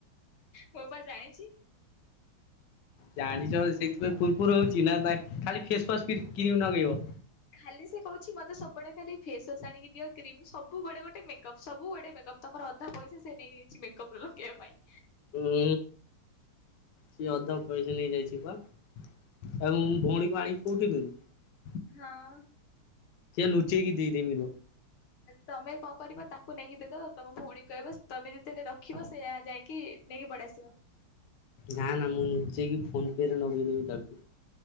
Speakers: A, on the left; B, on the left.
A: ମୁଁ ପା ଜାଣିଛି।
B: ଜାଣିଚ ସେଇଥିପାଇଁ ପୁରପୁର ହଉଚି ନା ନା ଖାଲି ଫେସୱାସ୍ କିିର କ୍ରିମ ନଗେଇବ।
A: ଖାଲି ସେ କହୁଛି ମତେ ସବୁଆଡେ ଖାଲି ଫେସୱାସ ଆଣିକି ଦିଅ କ୍ରିମ୍ ସବୁବେଳେ ଗୋଟେ ମେକଅପ୍ ସବୁବେଳେ ମେକଅପ୍। ତମର ଅଧା ପଇସା ସେ ନେଇଯାଇଚି ମେକ ଅପ ଲଗେଇବା ପାଇଁ।
B: ହୁଁ ସିଏ ଅଧା ପଇସା ନେଇଯାଇଚି ପା। ଆଉ ଭଉଣୀକୁ ଆଣିକି କେଉଁଠି ଦେଲୁ।
A: ହଁ।
B: ଲୁଚେଇକି ଦେଇଦେମି ରୁହ।
A: ତମେ କଣ କରିବ ତାକୁ ନେଇକି ଦେ ତ ତମ ଭଉଣୀ କହିବ ତମେ ଯେତେଦିନି ରଖିବ ସେ ଯାଇକି ନେଇକି ପଳେଇଆସିବ।
B: ନା ନା ମୁଁ ନୁଚେଇକି ଫୋନପେରେ ନଗେଇଦେବି ତାକୁ।